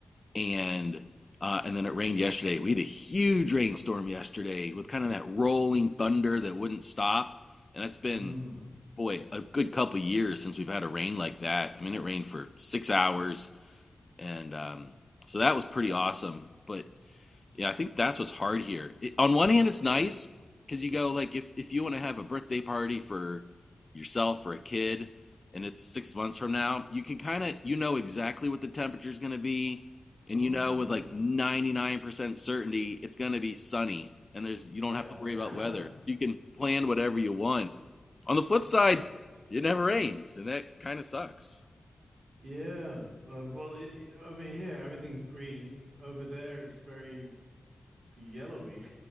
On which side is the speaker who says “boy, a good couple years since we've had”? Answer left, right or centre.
Left